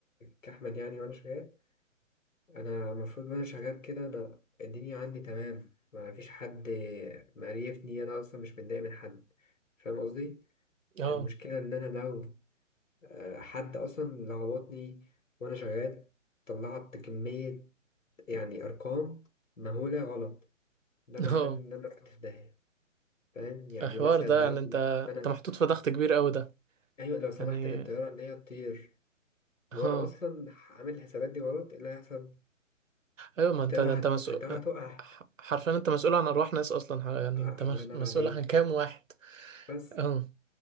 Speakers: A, on the left; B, on the right.
A: كأحمد يعني وأنا شغال انا المفروض وانا شغال كده انا الدنيا عندي تمام ما فيش حد مقريفني انا اصلا مش متضايق من حد فاهم قصدي
B: اه
A: المشكله ان انا لو آه، حد اصلا لخبطني وانا شغال طلعت كميه يعني ارقام مهوله غلط ده معناه
B: اه
A: ان انا رحت في داهيه فاهم يعني
B: الحوار
A: مثلا
B: ده
A: لو
B: يعني انت
A: انا
B: انت محطوط في ضغط كبير قوي ده
A: ايوه لو سمحت
B: يعني
A: للطياره ان هي تطير
B: اه
A: وانا اصلا عامل الحسابات دي غلط إيه اللي هيحصل
B: ايوه ما
A: الطياره
B: انت ده
A: هت...
B: انت مسؤول
A: الطياره هتقع
B: ح- حرفيا انت مسؤول عن ارواح ناس اصلا ح- يعني
A: آه،
B: انت مس-
A: الله ينور
B: مسؤول
A: عليك
B: عن كام واحد
A: بس
B: اه